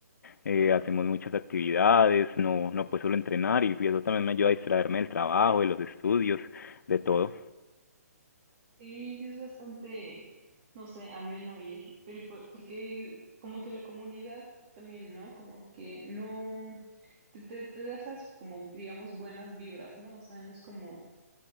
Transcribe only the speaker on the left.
eh, hacemos muchas actividades, no no pues solo entrenar y eso también me ayuda a distraerme del trabajo, de los estudios, de todo.